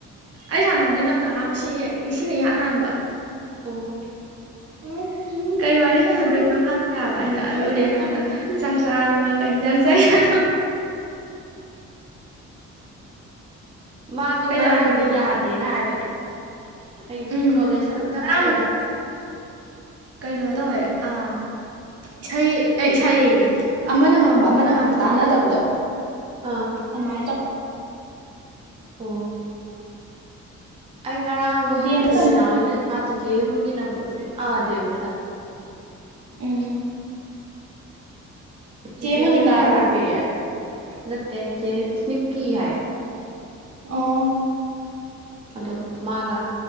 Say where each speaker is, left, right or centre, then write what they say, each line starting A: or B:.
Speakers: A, on the right; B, on the right.
A: ꯑꯩ ꯁꯥꯟꯅꯗꯗꯤ ꯅꯪꯅ ꯑꯍꯥꯟꯕ ꯁꯤ ꯁꯤꯅ ꯏꯍꯥꯟ ꯍꯥꯟꯕ
B: ꯑꯣ
A: ꯎ ꯎꯝ ꯀꯩ ꯋꯥꯔꯤ ꯁꯥꯟꯅꯗꯣꯏꯅꯣ ꯈꯪꯗꯦ ꯍꯥꯏꯕ ꯑꯩꯅ ꯑꯗ ꯎꯂꯦꯅꯅ ꯆꯥꯛ ꯆꯥꯔ ꯋꯥ ꯀꯩ ꯍꯟꯖꯥꯡ ꯆꯥꯏꯅꯣ
B: ꯃꯥꯁꯨ
A: ꯀꯩꯗꯧꯔꯤꯒꯦꯅ
B: ꯉꯔꯥꯡꯗꯤ ꯌꯥꯗꯦ ꯅ ꯍꯥꯏꯕꯅꯦ ꯑꯩ
A: ꯎꯝ
B: ꯀꯣꯂꯦꯖ ꯍꯂꯛꯇ
A: ꯉꯔꯥꯡꯃꯨꯛ
B: ꯉꯥꯏꯗ
A: ꯀꯩꯅꯣ ꯇꯧꯋꯦ ꯑ ꯏꯁꯩ ꯏꯁꯩ ꯑꯃꯅ ꯉꯥꯡꯕ ꯑꯃꯅ ꯉꯥꯡꯕ ꯇꯥꯟꯅꯗꯕꯗꯣ
B: ꯑꯥ
A: ꯑꯗꯨꯃꯥꯏꯅ ꯇꯧꯏ
B: ꯑꯣ ꯑꯩ ꯉꯔꯥꯡ ꯃꯣꯏ
A: ꯗꯤ ꯑꯦꯝꯗ
B: ꯀ ꯎꯂꯦꯅ
A: ꯇꯝ
B: ꯍꯣꯏꯅ ꯆꯤꯊꯤ ꯑꯃꯒꯤ ꯑꯃꯒꯤ ꯅꯝꯕꯔ ꯄꯦ ꯑꯥ ꯑꯗꯦ ꯑꯝ ꯗꯦꯝ ꯇꯝꯃꯦ
A: ꯎꯝ
B: ꯁꯤꯆ
A: ꯆꯦ ꯃꯣꯅꯤꯀꯥꯔꯣ
B: ꯑꯦꯝꯒꯤ ꯅꯝꯕꯔ ꯄꯤꯔꯤꯠ ꯅꯠꯇꯦ ꯆꯦ ꯏꯁꯅꯤꯛꯀꯤ ꯍꯥꯏ
A: ꯑꯣ
B: ꯑꯗ ꯃꯥꯒ